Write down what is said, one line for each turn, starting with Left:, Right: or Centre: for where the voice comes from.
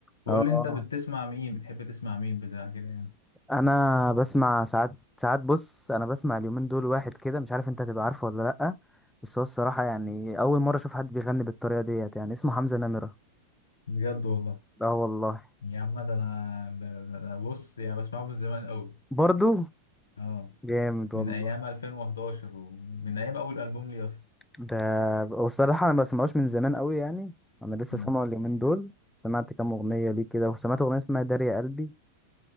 Left: بقول
Centre: اه
Left: لي انت بتسمع مين بتحب تسمع مين بتاع كده يعني
Centre: انا بسمع ساعات ساعات بص انا بسمع اليومين دول واحد كده مش عارف انت هتبقى عارفه ولا لأ بس هو الصراحة يعني اول مرة اشوف حد بيغني بالطريقة ديت يعني اسمه حمزة نمرة
Left: بجد والله
Centre: اه والله
Left: يا عم ده انا ده- ده أنا بص يعني بسمعه من زمان قوي
Centre: برضو
Left: اه
Centre: جامد
Left: من
Centre: والله
Left: ايام 2011 ومن ايام اول البوم لي اصلا
Centre: ده والصراحة أنا ما بسمعوش من زمان قوي يعني أنا لسه
Left: مم.
Centre: سامعه اليومين دول سمعت كام أغنية ليه كده وسمعت أغنية اسمها داريا قلبي